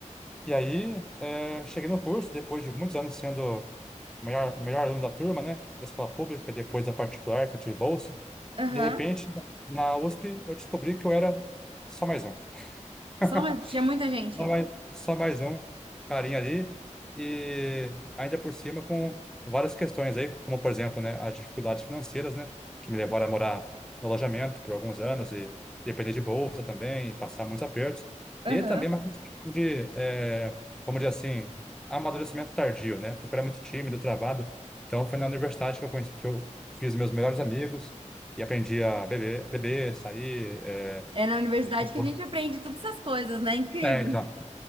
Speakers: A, in the centre; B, on the right.
A: e aí é, cheguei no curso, depois de muitos anos sendo o melhor, o melhor aluno da turma, né? Da escola pública, depois da particular, que eu tive bolsa.
B: aham.
A: E de repente, na USP, eu descobri que eu era só mais um. <laughs>
B: Só uma- tinha muita gente.
A: Só mais, só mais um carinha ali. E ainda por cima com várias questões aí, como por exemplo, né, as dificuldades financeiras, né, que me levaram a morar no alojamento por alguns anos e depender de bolsa também, e passar muitos apertos.
B: Aham.
A: E também uma questão de, eh, vamos dizer assim, amadurecimento tardio, né, porque eu era muito tímido, travado. Então foi na universidade que eu conheci, que eu fiz meus melhores amigos e aprendi a beber, beber, sair. eh,
B: É na universidade
A: e-
B: que a gente aprende todas essas coisas, né? Incrível.
A: É, então.